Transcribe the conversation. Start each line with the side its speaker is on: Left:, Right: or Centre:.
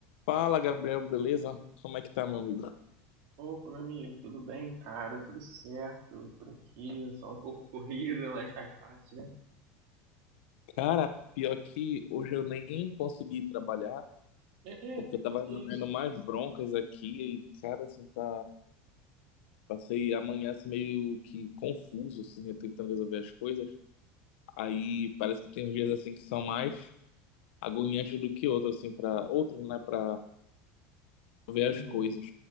Left: Fala, Gabriel, beleza? Como é que tá, meu amigo?
Right: Opa, meu amigo, tudo bem, cara? Tudo certo por aqui? Só um pouco corrida, <laughs> mas faz parte, né?
Left: Cara, pior que hoje eu nem consegui trabalhar,
Right: É,
Left: porque
Right: é,
Left: eu tava
Right: que
Left: resolvendo
Right: isso?
Left: mais broncas aqui e, cara, assim, tá... passei amanhã assim, meio que confuso, assim, eu tentando resolver as coisas. Aí parece que tem uns dias, assim, que são mais agoniantes do que outros, assim, para outros, né, pra ver
Right: Uhum.
Left: as coisas.